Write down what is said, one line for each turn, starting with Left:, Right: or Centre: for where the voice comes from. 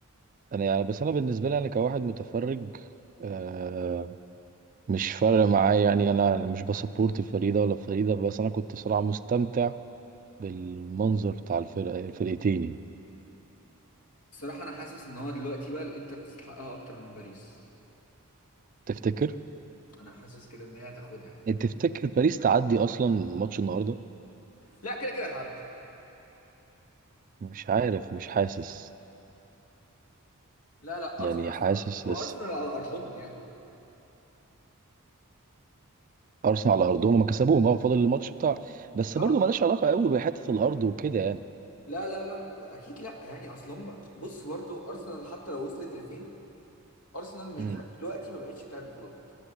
Right: انا يعني بس انا بالنسبة لي انا كواحد متفرج آه مش فارق معايا يعني انا مش بسبورت الفريق ده ولا الفريق ده بس انا كنت صراحة مستمتع بالمنظر بتاع الفرق الفرقتين يعني
Left: الصراحه انا حاسس ان هو دلوقتي بقى الانتر تستحقها اكتر من باريس
Right: تفتكر
Left: انا حاسس كده ان هي هتاخدها يعني
Right: يعني تفتكر باريس تعدي اصلا ماتش النهارده
Left: لا كده كده هتعدي
Right: مش عارف مش حاسس
Left: لا لا
Right: يعني
Left: ارسنال اصلا
Right: حاسس
Left: كسبوا
Right: لسه
Left: ارسنال على ارضهم يعني
Right: ارسنال على ارضهم هم كسبوهم اه فاضل الماتش بتاع بس
Left: اه
Right: برضه مالهاش علاقه قوي بحته الارض وكده يعني
Left: لا لا لا اكيد لا يعني اصلهم بص برضه ارسنال حتى لو وصلت لفين ارسنال مش
Right: امم
Left: بتاع دلوقتي ما بقتش بتاعت بطولات